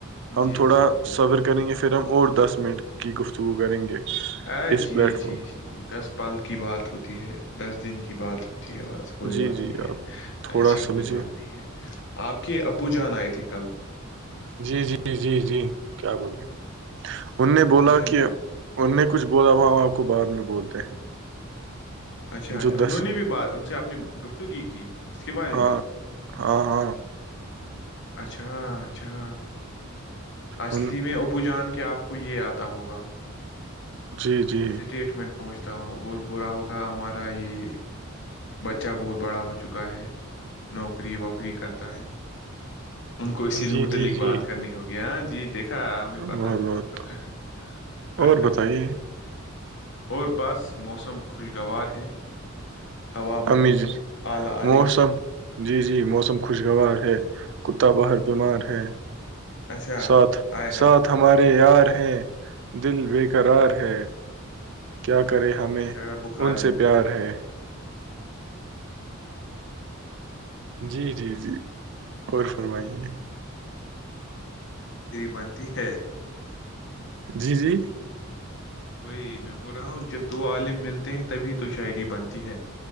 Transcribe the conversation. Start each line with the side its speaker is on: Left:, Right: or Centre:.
Right: ہم
Left: جی
Right: تھوڑا
Left: جی جی جی
Right: صبر کریں گے پھر ہم اور دس منٹ کی گفتگو کریں گے
Left: ا
Right: اس
Left: جی
Right: پلیٹ فارم
Left: جی جی دس پل کی بات ہوتی ہے دس دن کی بات ہوتی ہے وہاں کوئی
Right: جی
Left: بات
Right: جی
Left: نہیں ہے
Right: آپ تھوڑا
Left: ایسی
Right: سمجھیے
Left: کوئی بات نہیں ہے آپ کے ابو جان آئے تھے کل
Right: جی جی جی جی کیا بولے ان نے بولا
Left: اچھا
Right: کہ ان نے کچھ بولا وہ ہم آپ کو بعد میں بولتے ہیں
Left: اچھا اچھا
Right: جو
Left: انہوں
Right: دس
Left: نے بھی بات ان سے اپنی گفتگی کی اس کے بارے
Right: ہاں
Left: میں
Right: ہاں ہاں
Left: اچھا اچھا اصلی
Right: ان
Left: میں ابو جان کے آپ کو یہ آتا ہوگا
Right: جی جی
Left: اسٹیٹمنٹ پہنچتا ہو بر برا ہوگا ہمارا یہ بچہ بہت بڑا ہو چکا ہے نوکری ووکری کرتا ہے ان کو اسی
Right: جی
Left: متعلق
Right: جی جی
Left: بات کرنی ہوگی گیان جی دیکھا ہمیں
Right: بہت
Left: پتا ہے ہمیں
Right: بہت
Left: پتا ہے
Right: اور بتائیے
Left: اور بس موسم خوشگوار ہے ہوا بہت
Right: امزد
Left: اعلی آ
Right: مسم
Left: رہی ہے
Right: <unintelligible> جی جی موسم خوشگوار ہے کتا باہر بیمار ہے
Left: اچھا
Right: ساتھ
Left: ہائے ہائے
Right: ساتھ ہمارے یار ہیں دل بےیکرار ہے کیا کرے
Left: ا ہمیں چارا بخار
Right: ان سے
Left: ہے
Right: پیار ہے جی جی جی اور فرمائیے
Left: تری بنتی ہے
Right: جی جی
Left: وہی میں بول رہا ہوں جب دو عالم ملتے ہیں تبھی تو شاعری بنتی ہے